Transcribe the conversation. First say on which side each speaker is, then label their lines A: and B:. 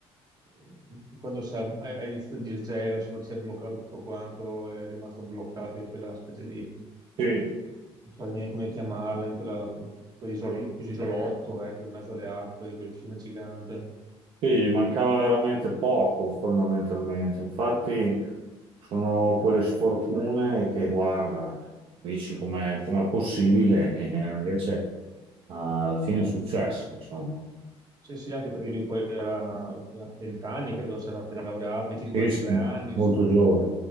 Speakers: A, on the right; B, on the right.
A: eh, quando si è, ha iniziato il disgelo, insomma, che si è bloccato tutto quanto, è rimasto bloccato in quella specie di,
B: Sì,
A: non so neanche come chiamarla, in quella, quell'isole- in quell'isolotto, ecco, in mezzo alle acque di quel fiume gigante.
B: sì, gli mancava veramente poco fondamentalmente. Infatti sono quelle sfortune che guarda, dici com'è com'è possibile e eh, invece alla fine è successo, insomma.
A: Sì, sì, anche perché lui poi era a 20 anni, credo si era appena laureato, 22-23
B: Sì, sì,
A: anni,
B: molto
A: insomma,
B: giovane.